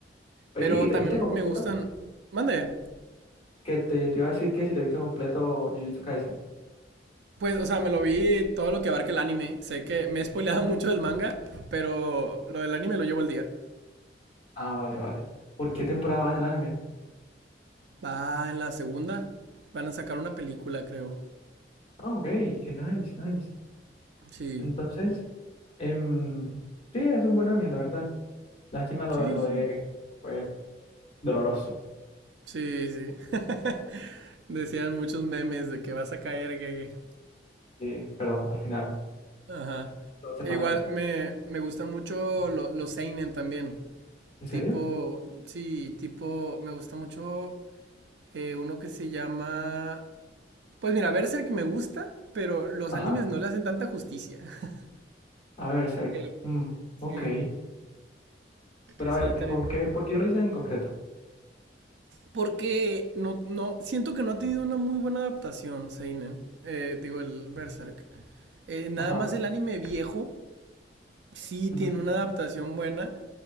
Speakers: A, on the left (about 35°); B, on the right (about 75°).
A: Oye,
B: Pero
A: ¿y te
B: también
A: viste completo?
B: me gustan. Mande.
A: Que te, te iba a decir que si te viste completo Jujutsu Kaisen.
B: Pues, o sea, me lo vi todo lo que abarca el anime. Sé que me he spoileado <laughs> mucho del manga, pero lo del anime lo llevo al día.
A: Ah, vale, vale. ¿Por qué temporada va en el anime?
B: Va en la segunda. Van a sacar una película, creo.
A: Ah, ok, qué nice, nice.
B: Sí.
A: Entonces, em, sí, es un buen anime, la verdad. Lástima lo
B: Sí,
A: de, lo
B: sí.
A: de Gege. Fue doloroso.
B: Sí, sí. <laughs> Decían muchos memes de que vas a caer, que.
A: Sí, pero al final
B: Ajá.
A: todo se
B: Igual
A: fue a la mierda.
B: me, me gustan mucho lo- los seinen también.
A: ¿En serio?
B: Tipo, sí, tipo, me gusta mucho eh, uno que se llama Pues mira, Berserk me gusta, pero los
A: Ajá.
B: animes no le hacen tanta justicia. <laughs>
A: A ver, Cerc.
B: El-
A: Mm,
B: sí,
A: ok. Pero
B: sí,
A: a ver,
B: también.
A: ¿por, por qué, por qué lo hice en concreto?
B: Porque no, no, siento que no ha tenido una muy buena adaptación, Seinen. Eh, digo, el Berserk. Eh, nada
A: Ajá.
B: más el anime viejo sí
A: ujú,
B: tiene una adaptación buena,